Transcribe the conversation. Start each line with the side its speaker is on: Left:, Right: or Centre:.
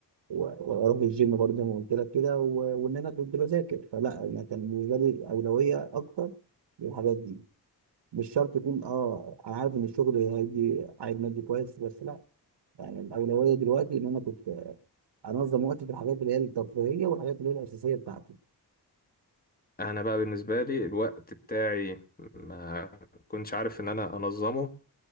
Right: و- واروح الجيم برضه زي ما قلت لك كده و- وان انا كنت بذاكر فلا انا كان بالنسبه لي اولويه اكتر للحاجات دي مش شرط يكون اه انا عارف ان الشغل هيدي عائد مادي كويس بس لا يعني الاولويه دلوقتي ان انا كنت انظم وقتي في الحاجات اللي هي الترفيهيه والحاجات اللي هي الاساسيه بتاعتي
Left: انا بقى بالنسبه لي الوقت بتاعي ما كنتش عارف ان انا انظمه